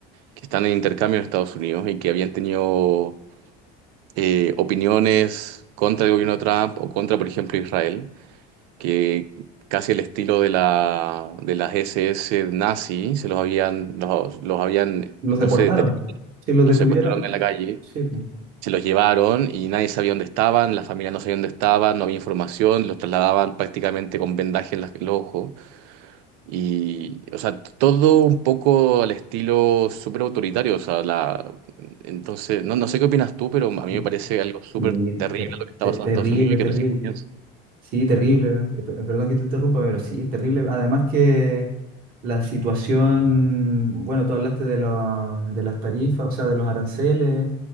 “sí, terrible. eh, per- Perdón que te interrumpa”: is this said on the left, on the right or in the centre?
Right